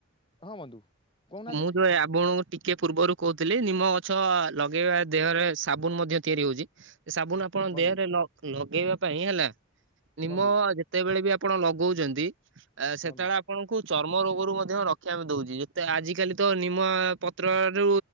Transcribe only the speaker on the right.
ମୁଁ ତୋ ଏ ଆପଣ ଟିକେ ପୂର୍ବରୁ କହୁଥିଲି ନିମ ଗଛ ଲଗେଇବା ଦେହରେ ସାବୁନ ମଧ୍ୟ ତିଆରି ହଉଛି। ସାବୁନ ଆପଣଙ୍କ
ଦେହରେ ଲଗେଇବା ପାଇଁ ହେଲା ନିମ
ଯେ ଯେତେବେଳେ ବି ଆପଣ ଲଗଉଛନ୍ତି ସେତେବେଳେ
ଆପଣଙ୍କୁ ଚର୍ମ ରୋଗରୁ ମଧ୍ୟ ରକ୍ଷା ଦଉଛି। ତ ଆଜିକାଲି ତ ନିମ ପତ୍ରରୁ